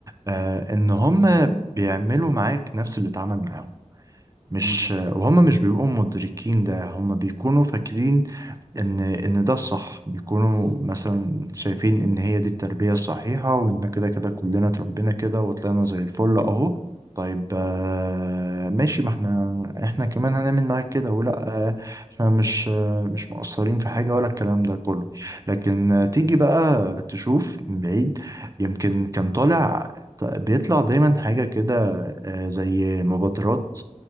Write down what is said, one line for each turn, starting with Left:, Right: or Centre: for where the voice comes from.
Right: آه،
Left: مم.
Right: إن هم بيعملوا معاك نفس اللي اتعمل معاهم مش
Left: مم.
Right: آه، وهم مش بيبقوا مدركين ده هم بيكونوا فاكرين ان ان ده الصح بيكونوا
Left: مم.
Right: مثلا شايفين ان هي دي التربية الصحيحة وان كده كده كلنا اتربينا كده وطلعنا زي الفل اهو طيب آه، ماشي ما احنا احنا كمان هنعمل معاك كده ولا آه، احنا مش آه، مش مقصرين في حاجة ولا الكلام ده كله لكن
Left: مم.
Right: آه، تيجي بقى تشوف من بعيد يمكن كان طالع بيطلع دايما حاجة كده آه، زي مبادرات